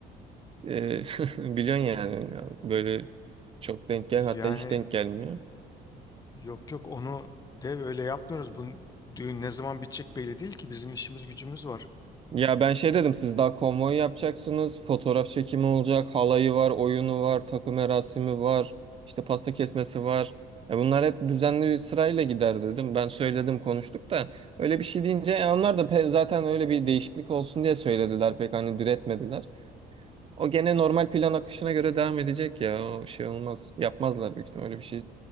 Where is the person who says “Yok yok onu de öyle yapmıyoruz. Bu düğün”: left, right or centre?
Left